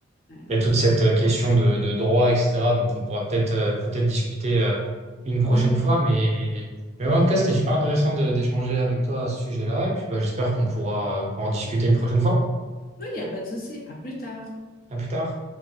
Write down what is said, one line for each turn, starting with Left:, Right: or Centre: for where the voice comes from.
Left: Ouais,
Right: il y a toute cette
Left: Ah.
Right: euh, question de, de droit, etc. Donc on pourra peut-être euh, peut-être discuter euh, une prochaine
Left: Ouais, non.
Right: fois. Mais, mais ouais, en tout cas, c'était super intéressant de- d'échanger avec toi à ce sujet-là. Et puis bah, j'espère qu'on pourra euh, en discuter une prochaine fois.
Left: Oui, il n'y a pas de souci. À plus tard.
Right: À plus tard.